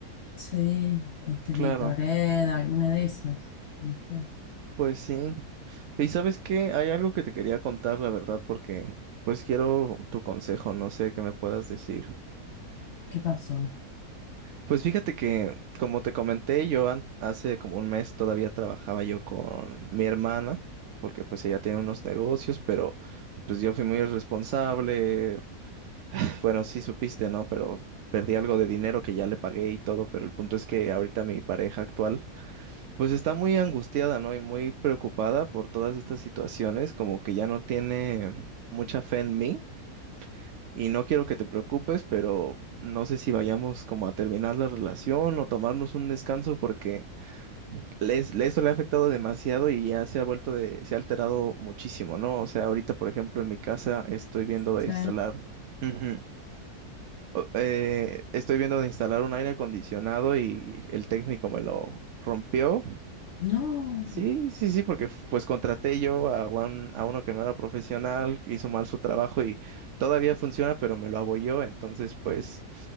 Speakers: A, on the left; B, on the right.
A: Sí, este,
B: claro,
A: Gatorade, alguna de esas, ¿viste?
B: pues sí. Y sabes qué, hay algo que te quería contar, la verdad, porque pues quiero tu consejo, no sé qué me puedas decir.
A: ¿Qué pasó?
B: Pues fíjate que, como te comenté, yo an- hace como un mes todavía trabajaba yo con mi hermana, porque pues ella tiene unos negocios, pero pues yo fui muy irresponsable, Bueno, sí supiste, ¿no? Pero perdí algo de dinero que ya le pagué y todo, pero el punto es que ahorita mi pareja actual, pues está muy angustiada, ¿no? Y muy preocupada por todas estas situaciones, como que ya no tiene mucha fe en mí y no quiero que te preocupes, pero no sé si vayamos como a terminar la relación o tomarnos un descanso porque les, le- eso le ha afectado demasiado y ya se ha vuelto de, se ha alterado muchísimo, ¿no? O sea, ahorita, por ejemplo, en mi casa estoy viendo
A: Sí.
B: de instalar. Ujú o- eh, estoy viendo de instalar un aire acondicionado y el técnico me lo rompió.
A: No,
B: Sí, sí, sí, porque f- pues contraté yo a, un- a uno que no era profesional, hizo mal su trabajo y todavía funciona, pero me lo abolló. Entonces, pues